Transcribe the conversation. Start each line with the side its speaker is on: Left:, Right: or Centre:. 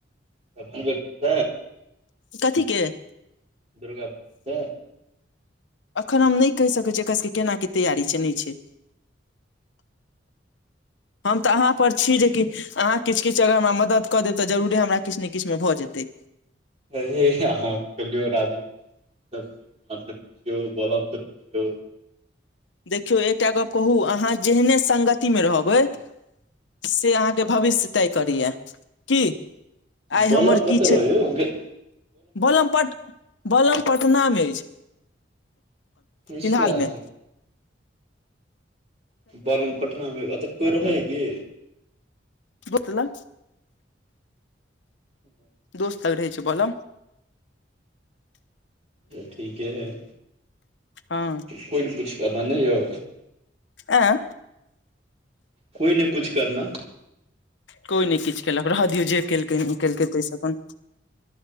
Right: त बनब त
Left: कथीे के
Right: दुर्गा ब त
Left: एखन हम नहि कहि सकैत छियै एकर केना की तैयारी छै नहि छै हम तऽ अहाँ परर छी जेकि अहाँ किछु किछु अगर हमरा मदद कऽ देब तऽ जरूरे हमरा किछु ने किछुमे भऽ जेतै
Right: अ अहाँ <unintelligible> <unintelligible> से पुछियौ <unintelligible> से पुछियौ
Left: देखियौ एकटा गप कहू अहाँ जेहने सगतिमे रहबै से अहाँकेँ भविष्य तय करीए की आइ हमर
Right: बलम कतऽ
Left: किछु
Right: रहै यौ गे-
Left: बलम पट बलम पटना मे अछि
Right: मिश्रा
Left: फिलहालमे
Right: बालम पटना मे अतऽ कोइ रहैय एहि की
Left: तोतला
Right: <unintelligible>
Left: दोस्त रहै छै बोल
Right: त ठीके है
Left: हँ
Right: कोइ न कुछ करना ने यौ
Left: आय
Right: कोइ ने कुछ करना
Left: कोइ नय किछु केलक रह दियौ जे केलकै नय ई केलकै ताहिसँ अपन